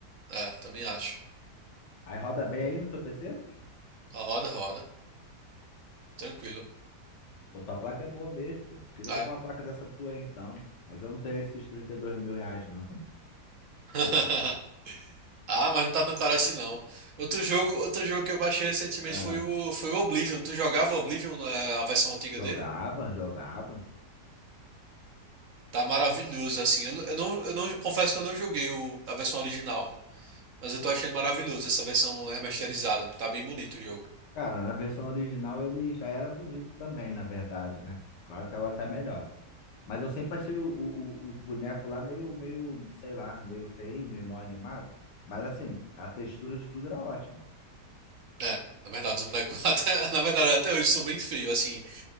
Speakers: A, on the right (about 60°); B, on the left (about 80°).
A: É, também acho.
B: Aí roda bem aí no teu PC?
A: Roda, roda. Tranquilo.
B: Pô, tua placa é boa mesmo, pô. Queria
A: É.
B: comprar uma placa dessa tua aí então. Mas eu não tenho esses trinta e dois mil reais, não.
A: <laughs> Ah, mas não tá tão caro assim não. Outro jogo, outro jogo que eu baixei recentemente
B: Ah,
A: foi o, foi o Oblivion. Tu jogava o Oblivion, é, a versão antiga
B: jogava,
A: dele?
B: jogava.
A: Tá maravilhoso, assim. Eu, não- eu não, eu não confesso que eu não joguei o, a versão original, mas eu tô achando maravilhoso essa versão remasterizada. Tá bem bonito o jogo.
B: Cara, na versão original ele já era bonito também, na verdade, né? Claro que agora tá melhor. Mas eu sempre achei o- o- o- os bonecos lá meio, meio, sei lá, meio feio, meio mal animado. Mas assim, a textura de tudo era ótima.
A: É, na verdade, os bonecos <laughs> até, na verdade até hoje são bem feios, assim,